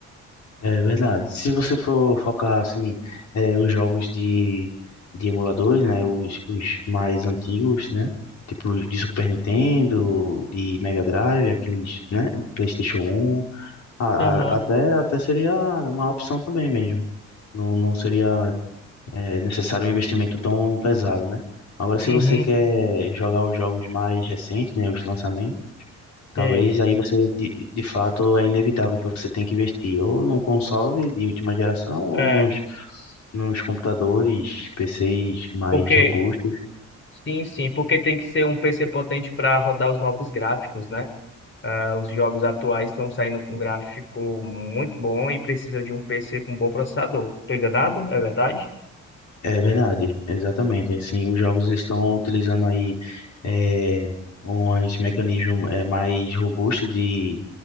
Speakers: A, on the left (about 65°); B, on the left (about 40°).
A: É verdade. Se você for focar assim, é, os jogos de, de emuladores, né, os, os mais antigos, né, tipo os de Super Nintendo, de Mega Drive, aqueles, né, PlayStation 1, a-
B: Aham,
A: a- até até seria uma opção também mesmo. Não, não seria é necessário um investimento tão pesado, né? Agora, se
B: Uhum,
A: você quer jogar os jogos mais recentes, né, os lançamentos, talvez
B: sei.
A: aí você, de, de fato, é inevitável que você tenha que investir ou num console de última geração ou
B: É,
A: nos, nos computadores, PCs mais
B: porque,
A: robustos.
B: sim, sim, porque tem que ser um PC potente para rodar os novos gráficos, né? Ah, os jogos atuais estão saindo com gráfico muito bom e precisa de um PC com bom processador. Tô enganado? É verdade?
A: É verdade, exatamente. Assim, os jogos eles estão utilizando aí é, uns mecanismos é, mais robustos de